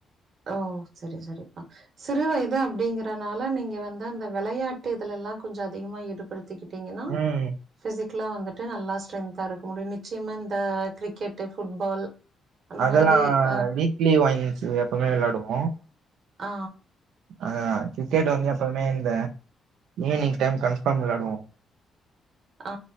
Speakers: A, on the right; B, on the right.
A: ஒ சரி சரிப்பா சிறு வயது அப்டிங்கறனால நீங்க வந்து அந்த விளையாட்டு இதுலல்லா கொஞ்சோ அதிகமா ஈடுப்படுத்தி திகிட்டீங்கன்னா
B: ம்
A: ஃபிசிக் க்லா வந்துட்டு நல்லா ஸ்டென்தா இருக்க முடியு நிச்யமா இந்த கிரிக்கெட்டு ஃபுட்பால் அந்த
B: அதல்லா
A: மாதிரி அ
B: வீக்லி வாங்கிச்சு எப்பமே வெள்ளாயாடு ஓ
A: ஆ
B: ஆ கிரிக்கெட் வந்து எப்பயுமே இந்த ஈவினிங் டைம் கன்ஃபாம் வெள்ளாயாடுவோ
A: ஆ